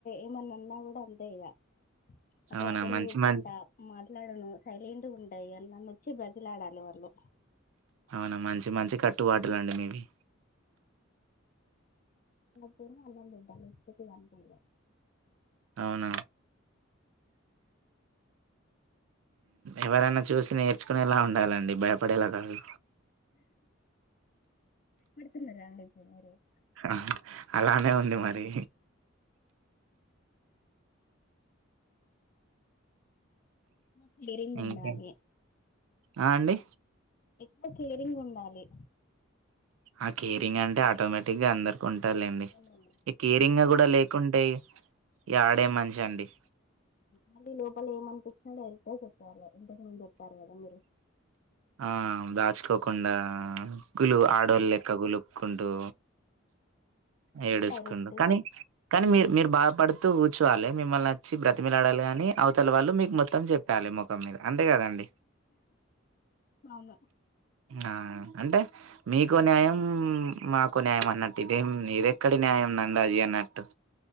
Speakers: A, on the left; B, on the right.
A: ఏమన్నా ఉన్నా కూడా అంతే ఇక ఒక
B: అవునా
A: దగ్గర
B: మంచి
A: కూర్చుంటా
B: మం
A: మాట్లాడను సైలంట్ ఉం ఎ నన్ని వచ్చి బతిలాడాలి వాళ్ళు
B: అవునా మంచి మంచి కట్టుబాటులండి మీవి
A: పో <unintelligible> లేకపోతే అంతే ఇగ
B: అవునా ఎవరైనా చూసి నేర్చుకునేలా ఉండాలండి భయపడేలా కాదు
A: తిన్నారా అండి <unintelligible>
B: ఆ అలానే ఉంది మరి
A: అ కేరింగ్
B: ఇంకా
A: ఉండాలి
B: ఆ అండి
A: ఎక్కువ కేరింగ్ ఉండాలి
B: ఆ కేరింగ్ అంటే ఆటోమేటిక్ గా అందరు కొంటాలెండి
A: ఉమ్.
B: ఇ కేరింగా
A: మళ్ళీ
B: కూడా లేకుంటే ఈ ఆడే మంచి అండి
A: మళ్ళీ లోపల ఏమనిపచ్చినో వెళ్తే చెప్పాలి ఎంతకు మంది చెతారు కదా మీరు
B: ఆ దాచుకోకుండా లు ఆడల్లెక్కకులు కుంటు ఏడుసుకుండు
A: డైరెక్ట్
B: కానీ
A: గా
B: కానీ మీరు మీరు బాధపడుతూ కూర్చోవాలి మిమ్మల్నిచ్చి బ్రతిమిలాడాలి కానీ అవతల వాళ్ళు మీకు మొత్తం చెప్పాలి ముఖం మీద అంతే కదండి
A: అవును
B: ఆ అంటే మీకో న్యాయం మాకు న్యాయం అన్నట్టు ఇదేం ఇది ఎక్కడ న్యాయం నాకి రాజి అనట్టు